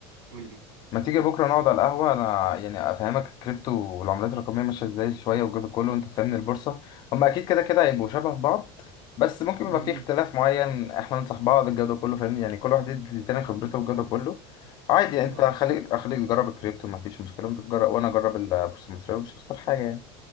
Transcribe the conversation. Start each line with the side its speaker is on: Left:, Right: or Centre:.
Right: قول لي
Left: ما تيجي بكره نقعد على القهوه انا يعني افهمك الكريبتو والعملات الرقميه ماشيه ازاي شويه والجو ده كله وانت تفهمني البورصه هما اكيد كده كده هيبقوا شبه بعض بس ممكن يبقى
Right: مهم.
Left: في اختلاف معين احنا ننصح بعض الجو ده كله فاهمني يعني كل واحد يدي للتاني خبرته والجو ده كله عادي انت
Right: اه
Left: خليك اخليك تجرب الكريبتو ما فيش مشكله وانت تجرب وانا اجرب البورصه المصريه ومش هخسر حاجه يعني